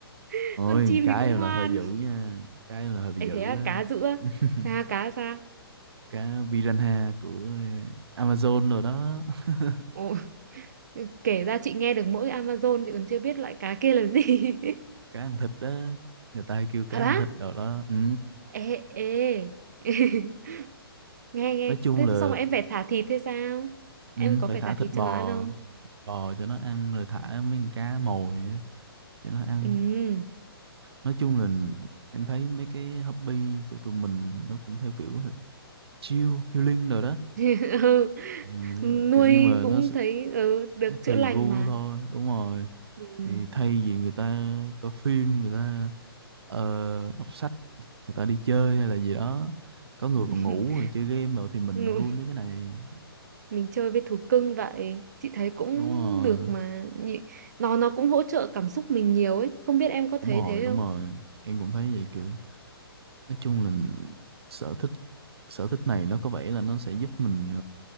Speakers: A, on the right; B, on the right.
A: <laughs>
B: ôi
A: con chim
B: cá
A: thì cũng
B: em
A: ngoan
B: là hơi dữ nha cá em là hơi bị
A: ấy
B: dữ
A: thế à,
B: á
A: cá giữa
B: <laughs>
A: sao cá sao
B: cá piranha của Amazon rồi đó <laughs>
A: Ồ, kể ra chị nghe được mỗi Amazon chị còn chưa biết loại cá kia là gì
B: cá ăn thịt á người ta hay kêu
A: <laughs>
B: cá
A: thật
B: ăn
A: á
B: thịt rồi đó ừ.
A: ê ê <laughs> nghe nghe
B: nói chung
A: thế
B: là
A: xong rồi em phải thả thịt thế sao em
B: ừ,
A: có
B: phải
A: phải
B: thả
A: thả
B: thịt
A: thịt
B: bò
A: cho nó ăn không
B: thịt bò cho nó ăn rồi thả mấy con cá mồi á cho nó ăn
A: ừ
B: nói chung là em thấy mấy cái hobby của tụi mình nó cũng theo kiểu là chill healing rồi đó
A: <laughs> Ừ.
B: Ừ, nhưng,
A: nuôi
B: mà- nhưng mà
A: cũng
B: nó, sẽ-
A: thấy ừ, được
B: nó
A: chữa
B: tùy
A: lành
B: gu
A: mà
B: thôi đúng rồi
A: ừ.
B: thì thay vì người ta coi phim người ta ờ, đọc sách người ta đi chơi hay là gì đó có người
A: <laughs>
B: còn ngủ rồi chơi game rồi thì mình
A: Ngụ-
B: nuôi mấy cái này
A: mình chơi với thú cưng vậy chị thấy cũng
B: đúng rồi
A: được mà Nhị- nó nó cũng hỗ trợ cảm xúc mình nhiều ấy không biết em có
B: đúng
A: thấy
B: rồi
A: thế
B: đúng
A: không
B: rồi em cũng thấy vậy kiểu nói chung là sở thích sở thích này nó có vẻ là nó sẽ giúp mình